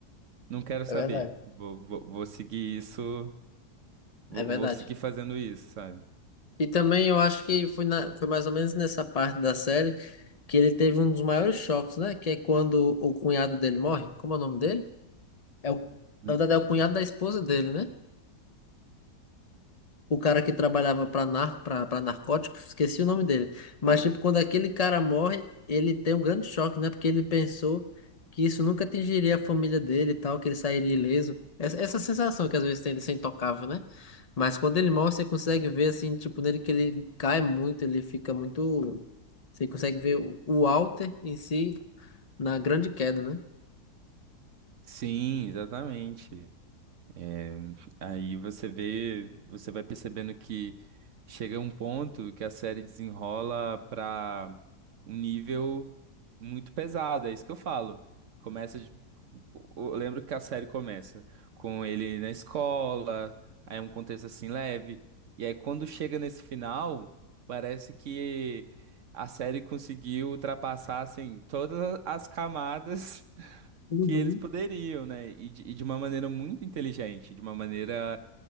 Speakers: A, on the right; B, on the left.
A: não quero saber.
B: É verdade,
A: Vou, vou, vou seguir isso Vou,
B: é verdade.
A: vou seguir fazendo isso, sabe?
B: E também eu acho que foi, na, foi mais ou menos nessa parte da série que ele teve um dos maiores choques, né? Que é quando o cunhado dele morre. Como é o nome dele? É o,
A: N-
B: na verdade, é o cunhado da esposa dele, né? o cara que trabalhava para nar, pra, pra narcóticos, esqueci o nome dele. Mas, tipo, quando aquele cara morre, ele tem um grande choque, né? Porque ele pensou que isso nunca atingiria a família dele e tal, que ele sairia ileso. Essa, essa sensação que às vezes tem de ser intocável, né? Mas quando ele morre, você consegue ver, assim, tipo, nele que ele cai muito, ele fica muito. Você consegue ver o o Walter em si na grande queda, né?
A: Sim, exatamente. É, aí você vê, você vai percebendo que chega um ponto que a série desenrola para um nível muito pesado, é isso que eu falo. Começa, de- eu lembro que a série começa com ele na escola, aí é um contexto assim leve, e aí quando chega nesse final, parece que a série conseguiu ultrapassar assim todas as camadas
B: Uhum,
A: que eles poderiam, né? E de, e de uma maneira muito inteligente, de uma maneira